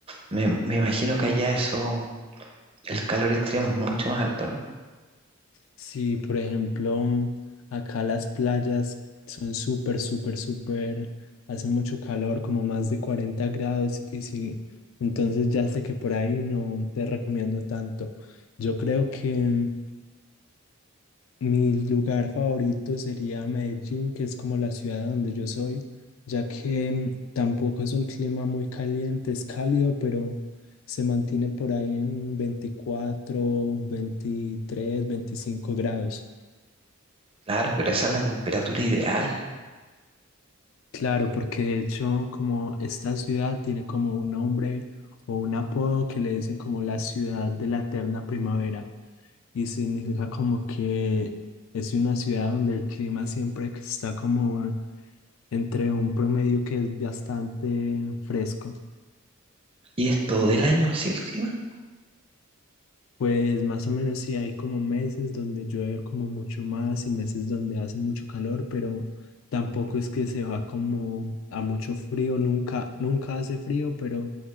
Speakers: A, on the right; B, on the left.
A: Me, me imagino que allá eso, el calor extremo es mucho más alto, ¿no?
B: Sí, por ejemplo, mm, acá las playas son súper, súper, súper, hace mucho calor, como más de 40 grados y sí, entonces ya sé que por ahí no te recomiendo tanto. Yo creo que mm, Mi lugar favorito sería Medellín, que es como la ciudad donde yo soy, ya que mm, tampoco es un clima muy caliente, es cálido, pero se mantiene por ahí en 24 23 25 grados.
A: Claro, pero esa es la temperatura ideal.
B: Claro, porque de hecho como esta ciudad tiene como un nombre o un apodo que le dicen como la ciudad de la eterna primavera y significa como que es una ciudad donde el clima siempre que está como entre un promedio que es bastante fresco.
A: Y es todo el año así el clima.
B: Pues más o menos sí hay como meses donde llueve como mucho más y meses donde hace mucho calor, pero tampoco es que se va como a mucho frío, nunca, nunca hace frío, pero